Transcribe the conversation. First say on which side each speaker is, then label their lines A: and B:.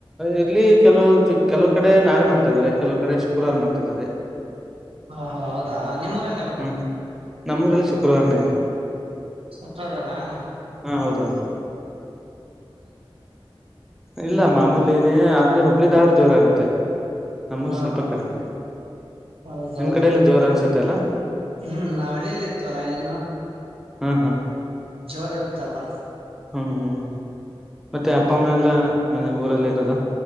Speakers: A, in the centre; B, on the right.
A: ಇಲ್ಲಿ ಕೆಲವು ಕೆಲವು ಕಡೆ ನಾಳೆ ಮಾಡ್ತಾ ಇದಾರೆ ಕೆಲವ ಕಡೆ ಶುಕ್ರವಾರ ಮಾಡ್ತಿದ್ದಾರೆ
B: ಹಾ ಹಾ ಹೌದಾ ನಿಮ್ಮ ಇಲ್ಲಿ ಯಾವಾಗ
A: ಹ್ಮ್ ನಮ್ಮೂರಲ್ಲಿ ಶುಕ್ರವಾರನೇ ಇದೆ
B: ಸತ್ರದಾನ
A: ಹಾ ಹೌದೌದು ಇಲ್ಲ ಮಾಮೂಲಿನೇ ಆದ್ರೆ ಹುಬ್ಳಿ ದಾಡ್ ಜೋರ ಆಗತ್ತೆ ನಮ್ದು
B: ಹಾ
A: ಸ್ವಲ್ಪ
B: ಹಾ
A: ಕಡಿಮೆ
B: ಹೌದೌದು
A: ನಿಮ್ ಕಡಲ್ಲ ಜೋರ್ ಅನ್ಸತ್ತೆ ಅಲ್ಲ
B: ಹ್ಮ್ ನಾವ್ ಹಳ್ಳಿಯಲ್ಲಿ ಇರ್ತವಲ್ಲಾ ಎಲ್ಲ
A: ಹ್ಮ್ ಹ್ಮ್
B: ಜೋರ್ ಇರುತ್ತಬ್ಬಾ
A: ಹ್ಮ್ ಹ್ಮ್ ಮತ್ತೆ ಅಪ್ಪ ಅಮ್ಮ ಎಲ್ಲ ಮನೆೆ ಊರಲ್ಲಿ ಇರದ